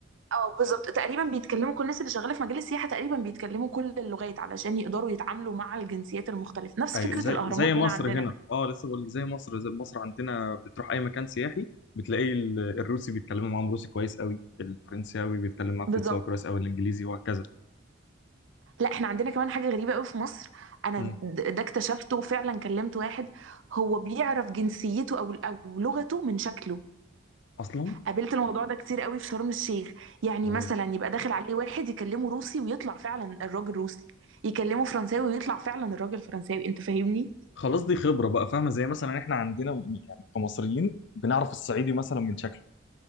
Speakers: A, on the right; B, on the left.
A: اه بالظبط تقريبا بيتكلموا كل الناس اللي شغاله في مجال السياحه تقريبا بيتكلموا كل اللغات علشان يقدروا يتعاملوا مع الجنسيات المختلفه نفس
B: ايوه
A: فكره
B: زي
A: الاهرامات
B: زي مصر
A: هنا عندنا
B: هنا اه لسه بقول لك زي مصر زي مصر عندنا بتروح اي مكان سياحي بتلاقي ال- الروسي بيتكلموا معاهم روسي كويس قوي الفرنساوي بيتكلم معاه
A: بالظبط
B: فرنساوي كويس قوي الانجليزي وهكذا
A: لا احنا عندنا كمان حاجه غريبه قوي في مصر انا
B: مم.
A: د- ده اكتشفته وفعلا كلمت واحد هو بيعرف جنسيته او او لغته من شكله
B: اصلا
A: قابلت الموضوع ده كتير قوي في شرم الشيخ يعني
B: واو
A: مثلا يبقى داخل عليه واحد يكلمه روسي ويطلع فعلا الراجل روسي يكلمه فرنساوي ويطلع فعلا الراجل فرنساوي انت فاهمني
B: خلاص دي خبره بقى فاهمه زي مثلا احنا عندنا يعني كمصريين بنعرف الصعيدي مثلا من شكله